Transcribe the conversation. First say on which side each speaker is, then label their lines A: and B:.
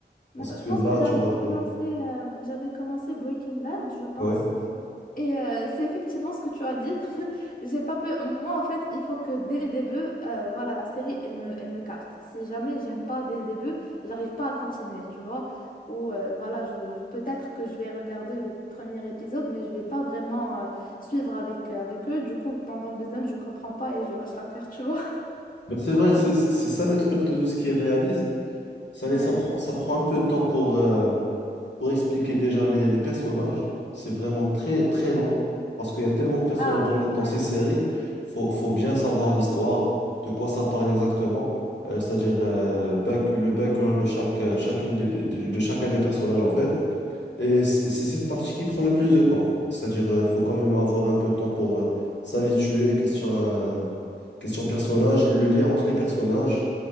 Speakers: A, on the left; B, on the left.
A: Parce
B: D'accord.
A: que
B: Je pense
A: là,
B: que j'avais
A: tu me rappelles.
B: commencé, euh, j'avais commencé Breaking Bad, je pense.
A: Ouais.
B: Et euh, c'est effectivement ce que tu as dit. <laughs> J'ai pas peur. Moi, en fait, il faut que dès le début, euh, voilà, la série, elle me, elle me capte. Si jamais j'aime pas dès le début, j'arrive pas à continuer, tu vois. Ou euh, voilà, je, je- peut-être que je vais regarder le premier épisode, mais je vais pas vraiment euh, suivre avec, euh, avec eux. Du coup, pendant le deuxième, je comprends pas et je lâche l'affaire, tu vois.
A: Mais c'est vrai, c'est c'est ça le truc de tout ce qui est réaliste. Ça,
B: <laughs> Ouais.
A: laisse- ça, prend, ça prend un peu de temps pour, euh, pour expliquer déjà les, les personnages. C'est vraiment très, très lent. Parce qu'il y a tellement de personnages
B: Ah,
A: dans, le- dans
B: ouais.
A: ces séries. Faut, faut bien savoir l'histoire, de quoi ça parle exactement. Euh, c'est-à-dire euh, back- le background de chaque, euh, chacune des, pe- de de chacun des personnages, en fait. Et c- c'est cette partie qui prend le plus de temps. C'est-à-dire, euh, faut quand même avoir un peu de temps pour euh, s'habituer. Question, euh, question personnage, le lien entre les personnages.